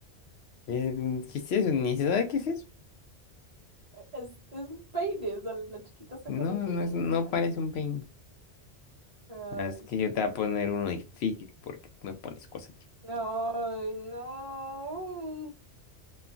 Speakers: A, on the left (about 70°); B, on the right (about 35°).
A: Eh, ¿qué es eso? Ni se sabe qué es eso.
B: Es, es un peine, o sea, la chiquita está
A: No,
B: con el peine
A: no es, no
B: peinando.
A: parece un peine.
B: Ay,
A: Ah, Es que yo te voy a poner uno difícil porque tú me pones cosas difíciles.
B: no, ay, no.